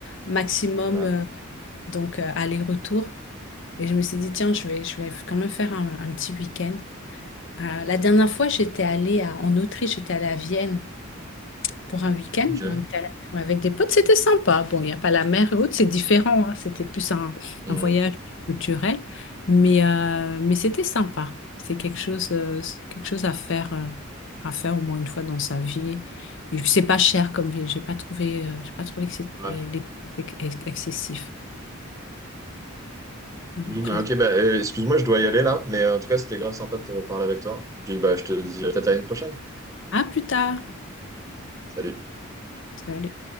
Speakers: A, on the left; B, on the right.
A: maximum.
B: Ouais.
A: euh, donc, euh, aller-retour. Et je me suis dit, tiens, je vais, je vais quand même faire un, un petit week-end. Euh, la dernière fois, j'étais allée à- en Autriche, j'étais allée à Vienne. pour un week-end.
B: Ok.
A: On était allé- ouais, avec des potes, c'était sympa. Bon, il n'y a pas la mer et autres, c'est différent. hein. C'était plus un,
B: Hmm.
A: un voyage culturel, mais, euh, mais c'était sympa. C'est quelque chose, euh, c'est quelque chose à faire, euh, à faire au moins une fois dans sa vie. Et puis, c'est pas cher comme ville. J'ai pas trouvé, euh, j'ai pas trouvé que c'était
B: Ouais.
A: les prix étaient ex- excessif. Après-
B: Oui, bah, ok, bah, euh, excuse-moi, je dois y aller là, mais euh, en tout cas, c'était grave sympa de te parler avec toi. Et puis, bah, je te dis peut-être à une prochaine.
A: À plus tard.
B: Salut.
A: Salut.